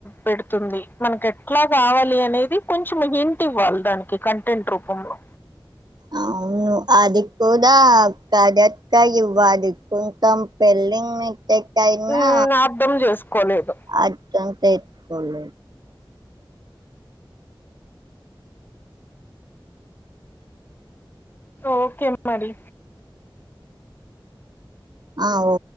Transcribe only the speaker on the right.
అ అవును అది కూడా కడట్క ఇవ్వది కొంచెం పెళ్లింగ్ ట్యినా
అర్ తెట్కోలే <unintelligible>
ఆ ఓ